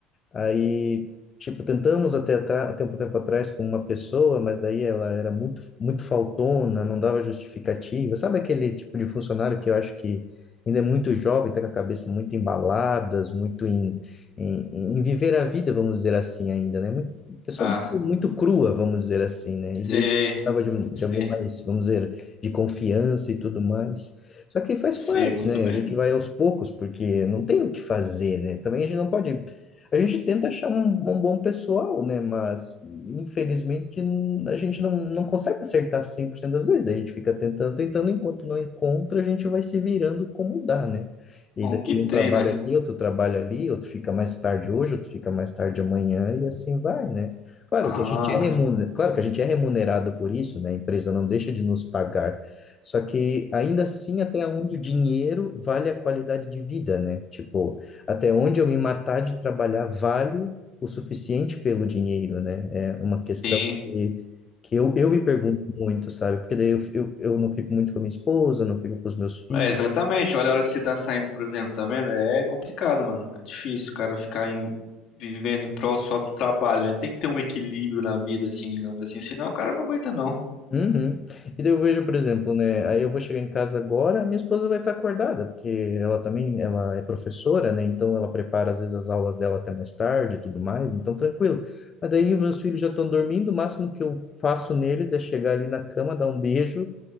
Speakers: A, on the left (about 30°); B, on the left (about 60°).
A: Aí, tipo, tentamos até atra- até um tempo atrás com uma pessoa, mas daí ela era muito, muito faltona, não dava justificativa. Sabe aquele tipo de funcionário que eu acho que ainda é muito jovem, tá com a cabeça muito embaladas, muito em, em, em viver a vida, vamos dizer assim, ainda, né? Muito, pessoa
B: Ah,
A: muito, muito crua, vamos dizer assim, né?
B: sei,
A: E daí precisava de, um-
B: sei,
A: de alguém mais, vamos dizer, de confiança e tudo mais. Só que faz
B: sei
A: parte,
B: muito
A: né?
B: bem.
A: A gente vai aos poucos, porque não tem o que fazer, né? Também a gente não pode a gente tenta achar um, um bom pessoal, né? Mas, infelizmente, n- a gente não, não consegue acertar 100% das vezes. Daí a gente fica tentando, tentando, enquanto não encontra, a gente vai se virando como dá, né? E
B: Com
A: daí
B: o que tem,
A: um trabalha
B: né?
A: aqui, outro trabalha ali, outro fica mais tarde hoje, outro fica mais tarde amanhã, e assim vai, né? Claro
B: Ah,
A: que a gente é remunerado, claro que a gente é remunerado por isso, né? A empresa não deixa de nos pagar. Só que ainda assim, até onde o dinheiro vale a qualidade de vida, né? Tipo, até onde eu me matar de trabalhar vale o suficiente pelo dinheiro, né? É uma questão
B: sim.
A: que, que eu, eu me pergunto muito, sabe? Porque daí eu, eu, eu não fico muito com a minha esposa, não fico com os meus filhos,
B: É, exatamente. Olha a hora que você tá saindo, por exemplo, tá vendo? É complicado, mano. É difícil o cara ficar em- vivendo em prol só do trabalho, né? Tem que ter um equilíbrio na vida, assim, digamos assim. Senão o cara não aguenta, não.
A: Uhum. E daí eu vejo, por exemplo, né? Aí eu vou chegar em casa agora, minha esposa vai estar acordada, porque ela também, ela é professora, né? Então ela prepara às vezes as aulas dela até mais tarde e tudo mais, então tranquilo. Mas daí os meus filhos já estão dormindo, o máximo que eu faço neles é chegar ali na cama, dar um beijo